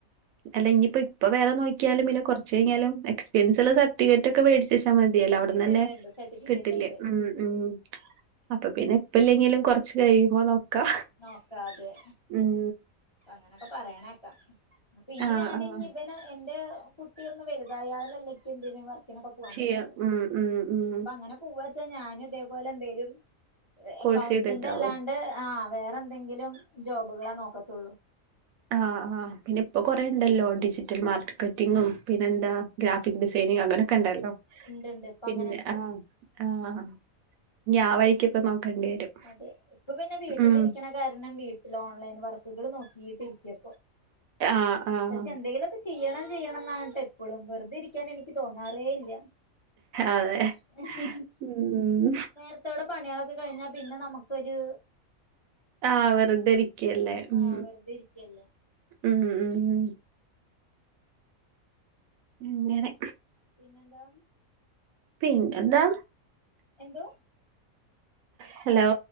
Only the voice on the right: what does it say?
അല്ലെങ്കിൽ ഇനിയിപ്പോ ഇപ്പം വേറെ നോക്കിയാലും പിന്നെ കൊറച്ചു കഴിഞ്ഞാലും എക്സ്പീരിയൻസ് ഉള്ള സർട്ടിഫിക്കറ്റ് ഒക്കെ മേടിച്ച്. വെച്ചാമതിയല്ലോ അവിടുന്ന്
തന്നെ
കിട്ടില്ലേ
ഉം ഉം. അപ്പൊ പിന്നെ ഇപ്പല്ലെങ്കിലും കൊറച്ച് കഴിയുമ്പോ നോക്ക് ക്കാ
ഉം
ആഹ്
ആഹ്
ചെയ്യാം
ഉം ഉം ഉം
കോഴ്സ്
ചെയ്തിട്ടാവും
ആഹ് ആഹ് പിന്നെ ഇപ്പൊ കൊറെേുണ്ടല്ലോ ഡിജിറ്റൽ മാർക്കറ്റിങ്ങും പിന്നെ എന്താ ഗ്രാഫിക് ഡിസൈനിംങ് അങ്ങനൊക്കെ ഉണ്ടല്ലോ
പിന്നെ
ആഹ് ആഹ് ഇനി ആഹ് വഴിക്ക് ഇപ്പ നോക്കേണ്ടി വരും
ഉം.
ആഹ് ആഹ്.
അതെ.
ഉം.
ആഹ് വെറുധരിക്കുകല്ലേ ഉം
ഉം ഉം ഉം ഉം അങ്ങനെ
പിന്നെ എന്താ
ഹലോ